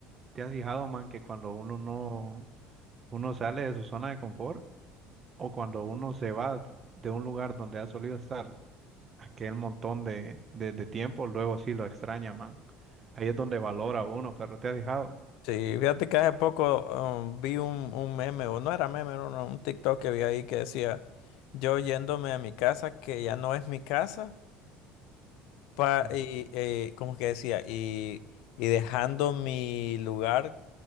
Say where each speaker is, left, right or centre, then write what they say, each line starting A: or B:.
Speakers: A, on the right; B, on the left.
A: te has fijado, man, que cuando uno no, uno sale de su zona de confort o cuando uno se va de un lugar donde ha solido estar aquel montón de, de, de tiempo, luego sí lo extraña, man. Ahí es donde valora uno, pero te has fijado,
B: Sí, fíjate que hace poco um, vi un, un meme, o no era meme, era un, un TikTok que vi ahí que decía, yo yéndome a mi casa, que ya no es mi casa, pa,
A: Ajá.
B: y, eh, ¿cómo es que decía? Y, y dejando mi lugar